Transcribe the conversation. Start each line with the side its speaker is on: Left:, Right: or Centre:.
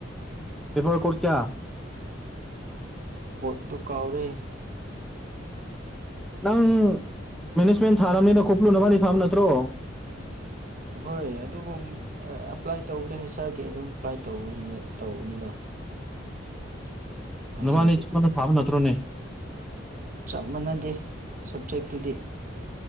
Centre: ꯄꯦꯕꯔ ꯀꯣꯗ ꯀꯌꯥ
Right: ꯀꯣꯗꯗꯣ ꯀꯥꯎꯔꯦ
Centre: ꯅꯪ ꯃꯦꯅꯦꯖꯃꯦꯟ ꯊꯥꯔꯕꯅꯤꯅ ꯈꯨꯞꯂꯨ ꯅꯕꯅꯤ ꯊꯥꯕ ꯅꯠꯇ꯭ꯔꯣ
Right: ꯍꯣꯏ ꯑꯗꯨꯕꯨ ꯑꯦꯄ꯭ꯂꯥꯏ ꯇꯧꯕꯗꯤ ꯍꯩꯆꯔꯒꯤ ꯑꯗꯨꯝ ꯑꯦꯄ꯭ꯂꯥꯏ ꯇꯧꯕ ꯇꯧꯕꯅꯤꯗ ꯍꯩꯁꯥꯔꯒꯤ
Centre: ꯅꯕꯥꯅꯤ ꯆꯞ ꯃꯥꯅ ꯊꯥꯕ ꯅꯠꯇ꯭ꯔꯣꯅꯦ
Right: ꯆꯞ ꯃꯥꯟꯅꯗꯦ ꯁꯕꯖꯦꯛꯇꯨꯗꯤ